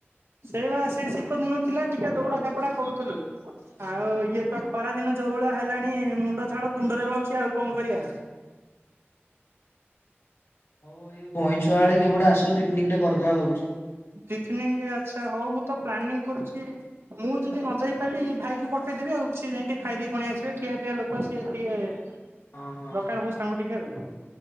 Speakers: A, on the right (about 65°); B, on the left (about 65°).
A: ସେଇ ବା ସିଏ ଶୀତ ଦିନ ଥିଲା ଟିକେ ଦୌଡା ଧାପଡା କରୁଥୁଲୁ।
B: ହୁଁ।
A: ଆଉ ଇଏ ତ ଖରା ଦିନ ଯୋଉ ଭଳିଆ ହେଲାଣି ମୁଣ୍ଡ ଝାଳ ତୁଣ୍ଡରେ ବାଉଛି ଆଉ କଣ କରିବା।
B: ବଇ ବଇଁ ଛୁଆଉଡା କି ଏପଟେ ଆସ ପିକନିକ ଟେ କରିଦବା ଭାବୁଛି।
A: ପିକନିକ ଆଚ୍ଛା ହଉ ମୁଁ ତ ପ୍ଲାନିଂ କରୁଛି। ମୁଁ ଯଦି ନ ଯାଇ ପାରିଲି ଭାଇକି ପଠେଇଦେବି ଆଉ, ସିଏ ଯାଇ ଟିକେ ଖାଇଦେଇ ପଣି ଆସିବେ ଖିଆ ପିଆ ଲୋକ ସିଏ ଟିକେ। ଦରକାର
B: ହଁ ହଁ
A: ହଉ ସାଙ୍ଗ ଟିକେ ଆଉ।